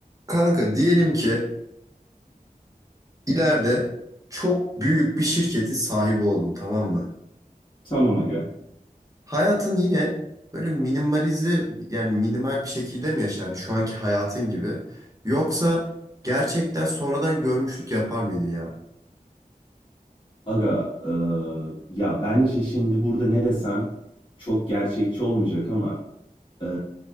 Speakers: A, on the right; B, on the left.
A: Kanka diyelim ki ileride çok büyük bir şirketin sahibi oldun tamam mı?
B: Tamam aga.
A: Hayatın yine böyle minimalize yani minimal bir şekilde mi yaşar? Yani şu anki hayatın gibi. Yoksa gerçekten sonradan görmüşlük yapar mıydın ya?
B: Aga, eee, ya bence şimdi burada ne desem çok gerçekçi olmayacak ama eee,